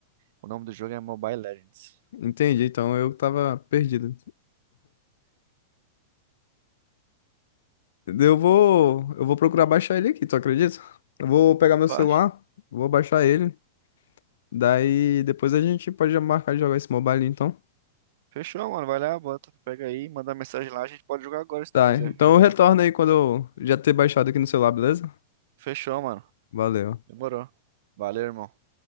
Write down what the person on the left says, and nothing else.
Entendi, então eu tava perdido. Eu vou, eu vou procurar baixar ele aqui, tu acredita? Eu vou pegar meu
celular, vou baixar ele. Daí depois a gente pode já marcar de jogar esse mobile, então.
Tá,
então
eu
retorno aí quando eu já ter baixado aqui no celular, beleza?
Valeu.